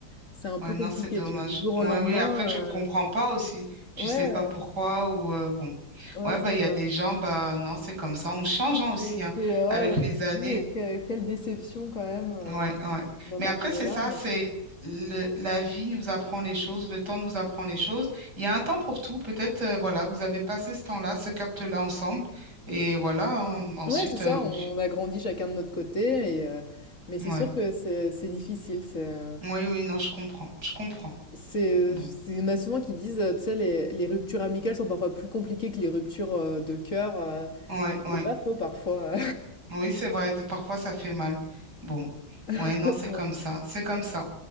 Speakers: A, on the left; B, on the right.
A: c'est un peu
B: Ouais, non,
A: compliqué,
B: c'est dommage.
A: tu vois, du jour
B: Ouais,
A: au lendemain.
B: oui. Après, tu
A: euh,
B: le comprends pas aussi. Tu
A: ouais,
B: sais pas pourquoi ou euh, bon.
A: euh, ouais,
B: Ouais, bah,
A: c'est
B: il
A: ça.
B: y a des gens, bah, non, c'est comme ça. On change hein, aussi
A: Et
B: hein,
A: c'est, euh,
B: avec
A: ouais,
B: les
A: tu te
B: années.
A: dis, euh, que- quelle déception quand même euh,
B: Ouais, ouais.
A: d'en
B: Mais
A: arriver
B: après, c'est
A: là.
B: ça, c'est le, la vie nous apprend les choses, le temps nous apprend les choses. Il y a un temps pour tout. Peut-être, euh, voilà, vous avez passé ce temps-là, ce capte-là ensemble. Et voilà, hein, ensuite,
A: Ouais, c'est ça,
B: euh,
A: on
B: je-
A: on a grandi chacun de notre côté, et, euh, mais c'est
B: ouais.
A: sûr que c'est c'est difficile. C'est, euh,
B: Oui, oui, non, je comprends. Je comprends.
A: c'est,
B: Bon.
A: c'est- il y en a souvent qui disent, euh, tu sais, les, les ruptures amicales sont parfois plus compliquées que les ruptures euh, de cœur. euh,
B: Ouais,
A: et
B: ouais.
A: c'est pas faux parfois.
B: Oui, c'est vrai. des- Parfois, ça fait mal. Bon. Ouais,
A: <laughs>
B: non, c'est
A: Bon,
B: comme ça. C'est comme ça.